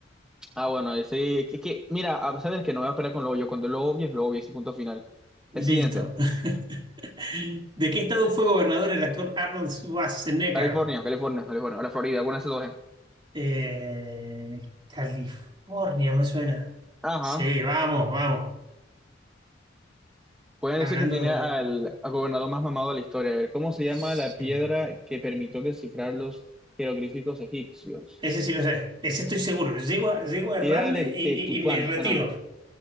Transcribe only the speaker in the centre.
Ah, bueno, ese, es que, mira, a- sabes que no me voy a esperar con lo obvio, cuando lo obvio es lo obvio, ese punto final.
El siguiente,
California, California, California, ahora Florida, alguna de esas dos. eh.
Ajá.
Pueden
decir que tiene al, al gobernador más mamado de la historia. A ver, ¿cómo se llama
la piedra que permitió descifrar los jeroglíficos egipcios?
Piedra de
Tetutuán,
suena.